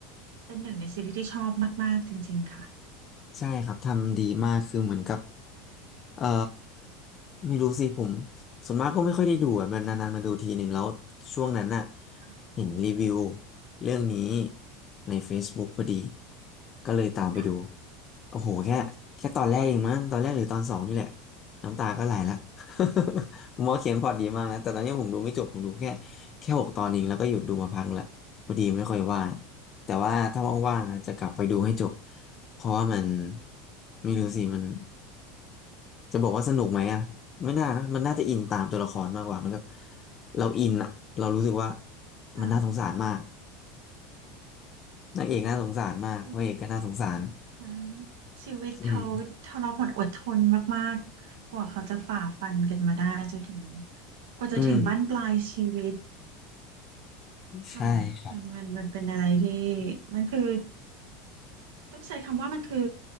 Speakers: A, on the right; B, on the left.
A: เป็นหนึ่งในซีรีส์ที่ชอบมากๆจริงๆค่ะ
B: <laughs> ใช่ครับทำดีมากคือเหมือนกับ เอ่อไม่รู้สิผมส่วนมากก็ไม่ค่อยได้ดูอ่ะมันนานๆมาดูทีหนึ่งแล้วช่วงนั้นน่ะ
A: ค่ะ
B: เห็นรีวิวเรื่องนี้ใน Facebook พอดีก็เลยตามไปดู
A: ค่ะ
B: โอ้โหแค่แค่ตอนแรกเองมั้งตอนแรกหรือตอนสองนี่แหละน้ำตาก็ไหลละ <laughs> หมอเขียนพล็อตดีมากนะแต่ตอนนี้ผมดูไม่จบผมดูแค่แค่หกตอนเองแล้วก็หยุดดูมาพักละพอดีไม่ค่อยว่างแต่ว่าถ้าว่างๆอ่ะจะกลับไปดูให้จบ เพราะว่ามันไม่รู้สิมันจะบอกว่าสนุกไหมอะไม่น่านะมันน่าจะอินตามตัวละครมากกว่ามันก็เราอินอะเรารู้สึกว่า
A: ค่ะ
B: มันน่าสงสารมาก <laughs> นางเอกน่าสงสารมากพระเอกก็น่าสงสาร
A: จริงๆนะชีวิตเขาทรหดอดทนมากๆกว่าเขาจะฝ่าฟันกันมาได้จนถึง
B: อืม
A: กว่าจะถึงบั้นปลายชีวิต
B: อืม
A: ค่ะมันมันมันเป็นอะไรที่
B: ใช่ครับ
A: มันคือต้องใช้คำว่ามันคือ